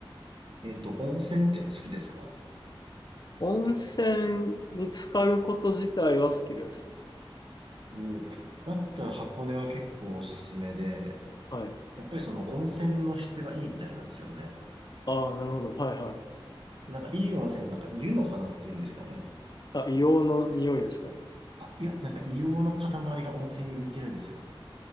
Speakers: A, on the right; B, on the left.
A: えっと、温泉って好きですか
B: 温泉に浸かること自体は好きです。
A: おだったら箱根は結構おすすめで、
B: はい。
A: やっぱりその温泉の質がいいみたいなんですよね。
B: ああ、なるほど。はいはい。
A: で、なんかいい温泉ってなんか湯の花っていうんですかね。
B: あ、硫黄の匂いですかね。
A: あ、いや、なんか硫黄の塊が温泉に浮いてるんですよ。